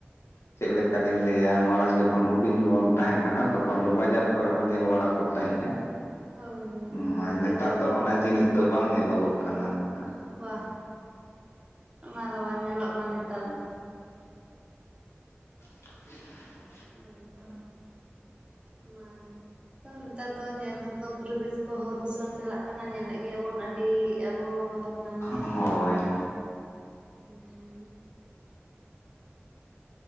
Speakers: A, on the left; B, on the right.
A: ᱪᱮᱜ ᱞᱮᱠᱟᱞᱤᱧ ᱞᱟᱹᱭᱟ ᱢᱟᱲᱟᱝ ᱡᱚᱠᱷᱚᱱ ᱦᱩᱰᱤᱧ ᱵᱚᱱ ᱛᱟᱦᱮᱸᱠᱟᱱᱟ ᱛᱚᱠᱷᱚᱱ ᱫᱚ ᱵᱟᱡᱟᱨ ᱠᱚᱨᱮ ᱧᱮᱞ ᱵᱟᱲᱟ ᱠᱚᱜ ᱛᱟᱦᱮᱸᱫᱼᱟ
B: ᱦᱳᱭ
A: <inaudible>
B: ᱦᱳᱭ ᱦᱳᱭ
A: ᱱᱮᱛᱟᱨ
B: ᱵᱟᱡᱟᱨ
A: ᱫᱚ
B: ᱠᱚᱨᱮ
A: ᱚᱱᱟ ᱡᱤᱱᱤᱥ ᱫᱚ ᱵᱟᱝ ᱧᱮᱞᱚᱜᱚᱜ ᱠᱟᱱᱟ ᱚᱱᱠᱟ᱾
B: ᱵᱟᱜ ᱚᱱᱟ ᱫᱚ ᱵᱟᱝ ᱧᱮᱞᱚᱜ ᱠᱟᱱᱟ ᱱᱮᱛᱟᱨ ᱫᱚ᱾ <inaudible>
A: <inaudible>
B: ᱦᱳᱭᱛᱚ ᱚᱱᱟᱜᱮ ᱟᱫᱚ ᱱᱮᱛᱟᱨ ᱫᱚ ᱧᱮᱞ ᱦᱚᱸᱛᱚ ᱯᱚᱨᱤᱵᱮᱥ ᱛᱚᱦᱚ ᱫᱷᱩᱥᱚᱱ ᱪᱟᱞᱟᱜ ᱠᱟᱱᱟ ᱧᱮᱞᱮᱫ ᱜᱮᱭᱟᱵᱚᱱ ᱟᱹᱰᱤ ᱟᱵᱚ ᱦᱟᱱᱟ ᱱᱤᱭᱟᱹ
A: ᱦᱳᱭ
B: ᱦᱩᱭᱩᱜ ᱠᱟᱱᱟ᱾ ᱦᱩᱸ